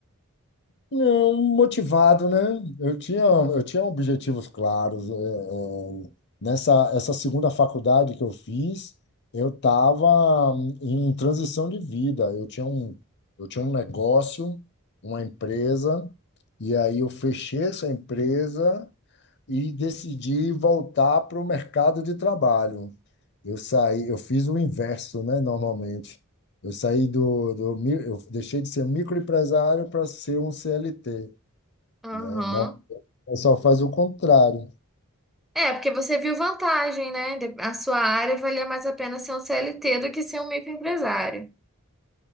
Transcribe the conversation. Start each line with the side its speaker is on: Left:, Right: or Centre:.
Left: Não, motivado, né? Eu tinha, eu tinha objetivos claros. é, é, nessa essa segunda faculdade que eu fiz, eu estava em transição de vida. Eu tinha um, eu tinha um negócio, uma empresa, e aí eu fechei essa empresa e decidi voltar para o mercado de trabalho. Eu saí, eu fiz o inverso, né, normalmente. Eu saí do, do mi- eu deixei de ser um microempresário para ser um CLT,
Centre: Aham.
Left: né? Não, o pessoal faz o contrário.
Centre: É, porque você viu vantagem, né? De- A sua área valia mais a pena ser um CLT do que ser um microempresário.